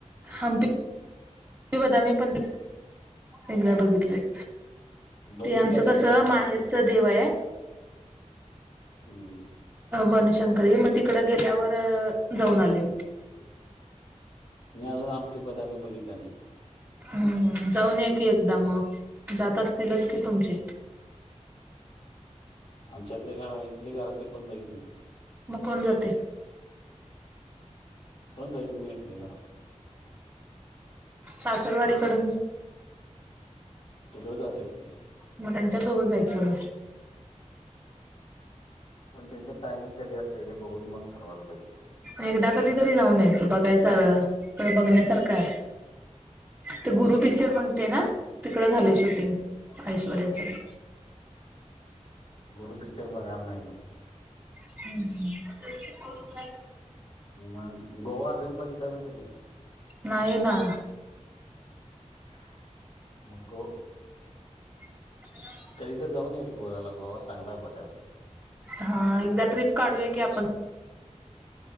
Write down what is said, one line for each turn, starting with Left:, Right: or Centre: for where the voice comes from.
Right: हम्पी बदामी मी पण एकदा बघितलय.
Left: बघितलंय
Right: ते आमचं
Left: काय
Right: कस
Left: विचारला
Right: माहेरच
Left: फक्त
Right: देव आहे.
Left: हम्म!
Right: बनशंकरी मग तिकडं गेल्यावर जाऊन आले.
Left: मी अजून हम्पी बदामी बघितलं नाही.
Right: हम्म जाऊन या की एकदा मग, जात असतीलच कि तुमचे
Left: आमच्यातले घरात इथले घरातले कोण जाईत नाहीत.
Right: मग कोण जातंय?
Left: कोण जाइत नाय इथले घरातली.
Right: सासरवाडीकडून?
Left: तिकडे जात्यात की.
Right: मग त्यांच्यासोबत जायचं.
Left: पण त्यांचं टायमिंग कधी असतंय ते बघून मग ठरवायला पाहिजे.
Right: एकदा कधीतरी जाऊन यायचं तिकड बघण्यासारखं आहे. ते गुरु पिक्चर बघते ना तिकडं झालं शूटिंग ऐश्वर्याचं.
Left: गुरु पिक्चर बघायला नाही मी!
Right: हम्म!
Left: मग गोवा अजून बघितला नाही तुम्ही?
Right: नाही ना!
Left: <unintelligible>
Right: <unintelligible>
Left: कधी तर जाऊन येऊ की गोव्याला, गोवा चांगला आहे बघासाठी.
Right: हा एकदा ट्रिप काढूया की आपण.